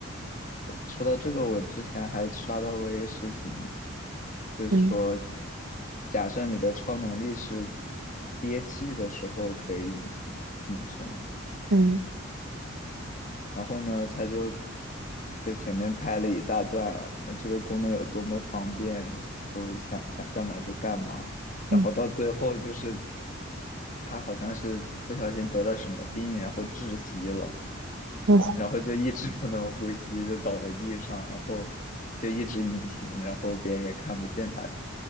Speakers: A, on the left; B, on the right.
A: 说到这个，我之前还刷到过一个视频，就是说，
B: 嗯
A: 假设你的超能力是憋气的时候可以隐形隐身，
B: 嗯
A: 然后呢，他就就前面拍了一大段啊那这个功能有多么方便，都想想干嘛就干嘛，然后到最后就是
B: 嗯，
A: 他好像是不小心得了什么病，然后窒息了。
B: 哇
A: 然后就一直不能呼吸，就倒在地上，然后就一直隐形，然后别人也看不见他，